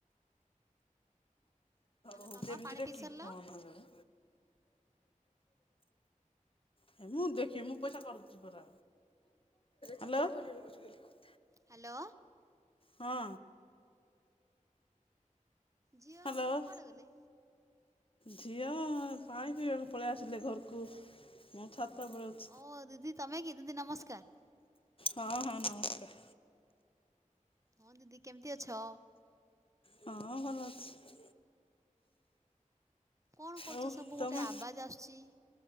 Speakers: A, on the right; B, on the left.
A: ହ୍ୟାଲୋ
B: ଓହୁତେ
A: ମାମା
B: ଏମିତିରେ
A: ପାଣି ପିଇ
B: କି
A: ସାରିଲ
B: ଫୋନ୍ ହେଲା ବା? ହେ ମୁଁ ଦେଖି ମୁଁ ପଇସା କାଡ଼ୁଚି ପରା ହାଲୋ।
A: ହାଲୋ।
B: ହଁ।
A: ଝିଅ।
B: ହାଲୋ।
A: କୁଆଡ଼େ ଗଲେ?
B: ଝିଅ ପାଣି ପିଇବାକୁ ପଳିଆସିଲେ ଘରକୁ ମୁଁ ଛାତ ଓପରେ ଅଛ୍
A: ଓ ଦିଦି ତମେ କି ଦିଦି ନମସ୍କାର।
B: ହଁ ହଁ ନମସ୍କାର।
A: ହଁ ଦିଦି କେମତି ଅଛ?
B: ହଁ ଭଲ ଅଛି।
A: କଣ କରୁଚ
B: ଆଉ
A: ସବୁ
B: ତମେ
A: ଗୋଟେ ଆବାଜ ଆସୁଚି?